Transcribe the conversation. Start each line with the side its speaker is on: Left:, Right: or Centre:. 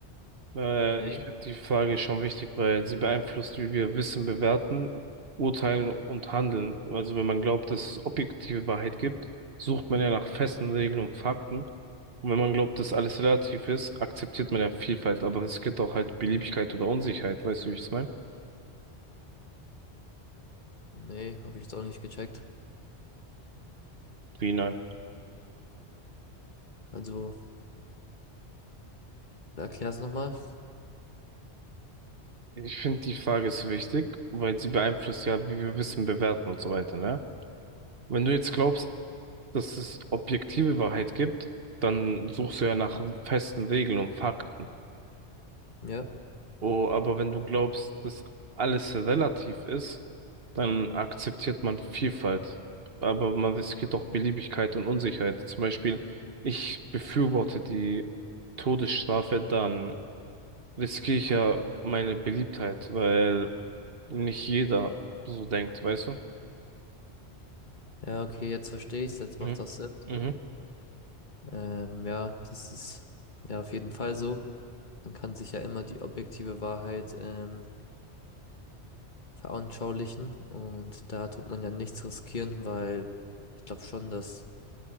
Right: Äh,
Left: Nee.
Right: ich finde die Frage schon wichtig, weil sie beeinflusst, wie wir Wissen bewerten, urteilen und handeln. Also wenn man glaubt, dass es objektive Wahrheit gibt, sucht man ja nach festen Regeln und Fakten. Und wenn man glaubt, dass alles relativ ist, akzeptiert man ja Vielfalt, aber es gibt auch halt Beliebigkeit oder Unsicherheit, weißt du, wie ich es meine?
Left: Nee, habe ich jetzt auch nicht gecheckt.
Right: Wie nein?
Left: Also, erklär's nochmal.
Right: Ich finde, die Frage ist wichtig, weil sie beeinflusst ja, wie wir Wissen bewerten und so weiter, ne? Wenn du jetzt glaubst, dass es objektive Wahrheit gibt, dann suchst du ja nach festen Regeln und Fakten.
Left: Ja.
Right: Oh, aber wenn du glaubst, dass alles relativ ist, dann akzeptiert man Vielfalt. Aber man riskiert auch Beliebigkeit und Unsicherheit. Zum Beispiel, ich befürworte die Todesstrafe, dann riskiere ich ja meine Beliebtheit, weil nicht jeder so denkt, weißt du?
Left: Ja, okay, jetzt verstehe ich's, jetzt macht
Right: Mhm.
Left: das Sinn.
Right: Mhm.
Left: Ähm, ja, das ist ja auf jeden Fall so. Man kann sich ja immer die objektive Wahrheit ähm, veranschaulichen und da tut man ja nichts riskieren, weil ich glaube schon, dass